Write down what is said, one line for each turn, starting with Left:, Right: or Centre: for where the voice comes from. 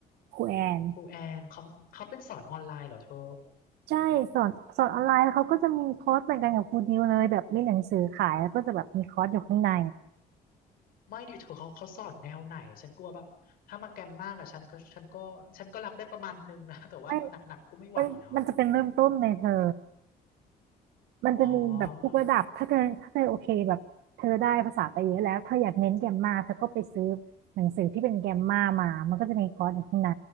Right: ครูแอน
Left: ครูแอนเขาเขาเป็นสอนออนไลน์เหรอเธอ
Right: ใช่สอนสอนออนไลน์เขาก็จะมีคอร์สเหมือนกันกับครูดิวเลยแบบมีหนังสือขายแล้วก็จะแบบมีคอร์สอยู่ข้างใน
Left: ไม่ดิเธอเขาเขาสอนแนวไหนฉันกลัวแบบถ้ามาแกรมมากอะฉันก็ฉันก็ฉันก็รับได้ประมาณนึงนะ <laughs> แต่ว่าหนักๆก็ไม่ไหวเนาะ
Right: ไม่มันมันจะเป็นเริ่มต้นเลยเธอ มันจะมีแบบทุกระดับ
Left: อ๋อ
Right: ถ้าเธอถ้าเธอโอเคแบบเธอได้ภาษาไปเยอะแล้วเธออยากเน้นแกรมมาเธอก็ไปซื้อหนังสือที่เป็นแกรมมามามันก็จะมีคอร์สอยู่ข้างใน